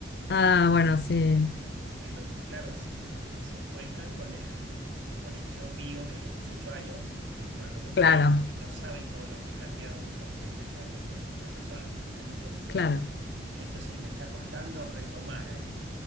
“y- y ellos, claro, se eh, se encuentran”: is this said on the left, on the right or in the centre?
Right